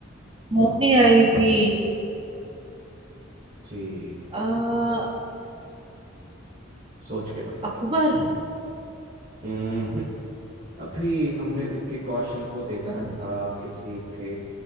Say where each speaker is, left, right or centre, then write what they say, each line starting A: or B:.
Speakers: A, on the right; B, on the right.
A: मूवी आई थी
B: जी
A: आ,
B: सोच के बताओ
A: अकबर
B: हम्म, अभी हमने विक्की कौशल को देखा
A: पर-
B: था किसी के